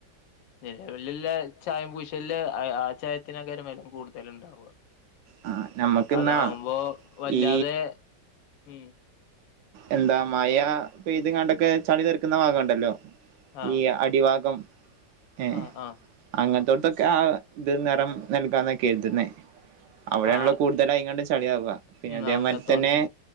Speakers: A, on the left; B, on the right.
A: നിലവിലില്ല ചായം പൂശല് അഹ് ആഹ് ചായത്തിനാക്കരം വെലം കൂടുതൽ ഉണ്ടാവ
B: ആ നമ്മക്കിന്നാ
A: അതാവുമ്പോ വല്ലാതെ
B: ഈ
A: ഉം
B: എന്താ മയാ പെയ്തെങ്ങാണ്ടൊക്കെ ചളി തെറിക്കുന്ന ഭാഗവുണ്ടല്ലോ
A: ആഹ്
B: ഈ അടിഭാഗം ഏഹ്
A: ആഹ് ആഹ്
B: അങ്ങനത്തോടുത്തൊക്കെ ആഹ് ഇത് നെറം നൽകാന്ന കർത് ന്നേ അവിടെയാണല്ലോ
A: ആഹ്
B: കൂടുതലായിങ്ങാണ്ട് ചളിയാവ പിന്നെ
A: ഉം
B: അതേമാതിരി
A: അങ്ങത്തോട്
B: തന്നെ